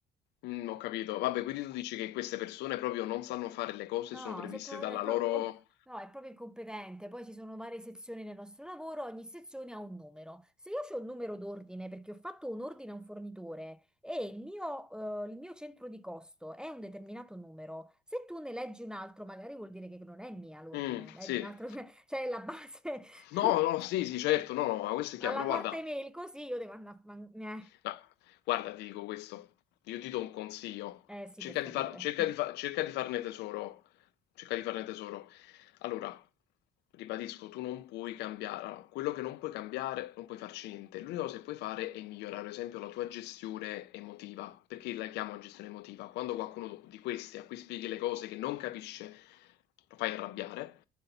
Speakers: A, on the left (about 80°); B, in the centre.
A: mm, ho capito. Vabbè, quindi tu dici che queste persone proprio non sanno fare le cose,
B: No,
A: sono previste
B: se pro-
A: dalla
B: è pro-
A: loro...
B: opp- no, è proprio incompetente. Poi ci sono varie sezioni nel nostro lavoro, ogni sezione ha un numero. Se io ho un numero d'ordine perché ho fatto un ordine a un fornitore e il mio, eh, il mio centro di costo è un determinato numero, se tu ne leggi un altro, magari vuol dire che non è mia l'ordine,
A: Mm,
B: ma
A: sì.
B: è di un altro, <laughs> cioè è la base. <laughs>
A: No, no, sì, sì, certo, no, no, ma questo è
B: Alla
A: chiaro, però
B: quarta
A: guarda.
B: email, così io devo andare a... fan- Eh,
A: No, guarda, ti dico questo, io ti do un consiglio,
B: eh sì,
A: cerca
B: per favore.
A: di far- cerca
B: <laughs>
A: di fa- cerca di farne tesoro, cerca di farne tesoro. Allora, ribadisco, tu non puoi cambiare, allora, quello che non puoi cambiare, non puoi farci niente. L'unica cosa che puoi fare è migliorare, ad esempio, la tua gestione emotiva. Perché la chiamo gestione emotiva? Quando qualcuno di questi a cui spieghi le cose che non capisce, lo fai arrabbiare,